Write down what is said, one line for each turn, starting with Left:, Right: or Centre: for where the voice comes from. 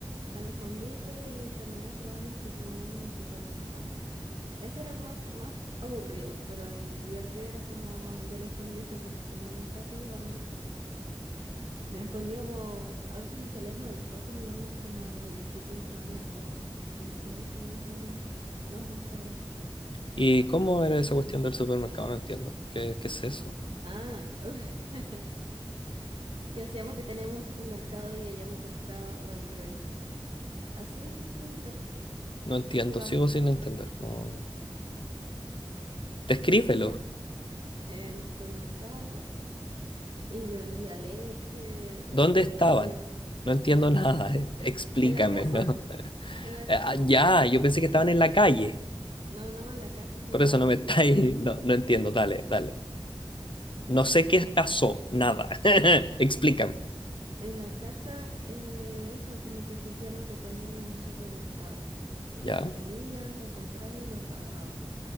Right: Al escondite y también jugábamos que teníamos un supermercado. Ese era el más, más aburrido, pero el divertido era como el del escondite porque como era un patio grande, nos escondíamos, a veces nos salíamos del patio y nos íbamos como a los edificios que estaban al lado. Entonces ese juego no, nos gustaba.
Left: ¿Y cómo era esa cuestión del supermercado? No entiendo. ¿Qué, qué es eso?
Right: Ah, <laughs> que hacíamos que teníamos un supermercado y ella me compraba o al revés. Así simple.
Left: No entiendo,
Right: jugamos
Left: sigo sin entender. No. Descríbelo.
Right: un supermer- en un supermercado y yo vendía leche o
Left: ¿Dónde estaban?
Right: pollo.
Left: No entiendo nada. eh, Explícamelo.
Right: En la casa,
Left: <laughs>
Right: en la
Left: ah,
Right: casa.
Left: ya, yo pensé que estaban en la calle.
Right: No, no, en la casa jugábamos.
Left: Por eso no me <laughs> estáis. No, no entiendo. Dale, dale. No sé qué pasó, nada. <laughs> Explícame.
Right: En la casa, eh, eso, como que fingíamos que teníamos un supermercado. Y
Left: Ya,
Right: ella venía, me compraba y me pagaba.